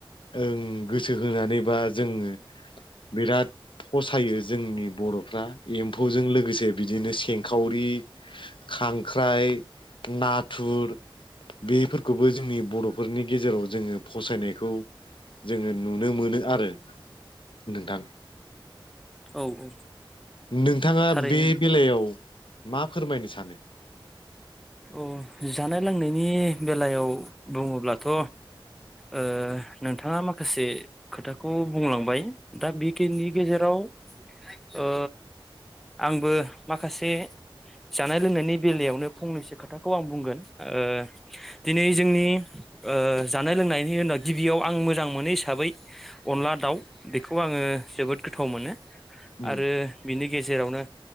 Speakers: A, on the left; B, in the centre.
A: ओं गोसो होनानै बा जोङो बिराद फसायो जोंनि बर'फ्रा एम्फौजों लोगोसे बिदिनो सेंखावरि खांख्राइ नाथुर बेफोरखौबो जोंनि बर'फोरनि गेजेराव जोङो फसायनायखौ जोङो नुनो मोनो आरो नोंथां
B: औ औ
A: नोंथाङा
B: थारैनो
A: बे बेलायाव मा फोरमायनो सानो
B: औ जानाय लोंनायनि बेलायाव बुङोब्लाथ' ओ नोंथांङा माखासे खोथाखौ बुंलांबाय दा बेखिनि गेजेराव ओ आंबो माखासे जानाय लोंनायनि बेलायावनो फंनैसो खोथाखौ आं बुंगोन ओ दिनै जोंनि जानाय लोंनायनि उनाव गिबियाव आं मोजां मोनो हिसाबै अनला दाउ बेखौ आङो जोबोद गोथाव मोनो
A: उम
B: आरो बिनि गेजेरावनो